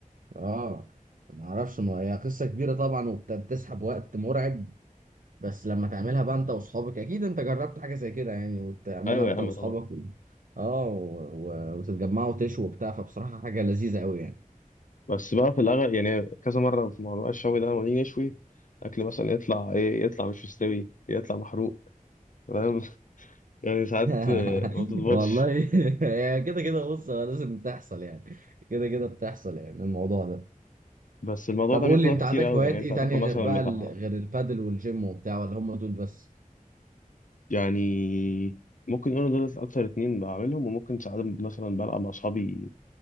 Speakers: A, on the right; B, on the left.
A: اه ما اعرفش ما هي قصه كبيره طبعا وبتسحب وقت مرعب بس لما تعملها بقى انت واصحابك اكيد انت جربت حاجه زي كده يعني وتعملها
B: ايوه
A: انت
B: يا عم
A: واصحابك
B: طبعا
A: و... اه و... و... وتتجمعوا تشوا وبتاع فبصراحه حاجه لذيذه قوي يعني
B: بس بقى في الاغلب يعني كذا مره في موضوع الشوي ده لما نيجي نشوي الاكل مثلا يطلع ايه يطلع مش مستوي يطلع محروق فاهم <laughs> يعني ساعات
A: <laughs>
B: آه، ما بتظبطش
A: والله <laughs> هي كده كده بص هو لازم تحصل يعني كده كده بتحصل يعني الموضوع ده
B: بس الموضوع
A: طب
B: ده
A: قول
B: بياخد
A: لي
B: وقت
A: انت
B: كتير
A: عندك
B: قوي
A: هوايات
B: يعني انت
A: ايه
B: هتاخد
A: تانية غير
B: مثلا
A: بقى
B: بتاع
A: ال... غير البادل والجيم وبتاع ولا هم دول بس
B: يعني ممكن يقولوا دول اكتر اتنين بعملهم وممكن ساعات مثلا بلعب مع اصحابي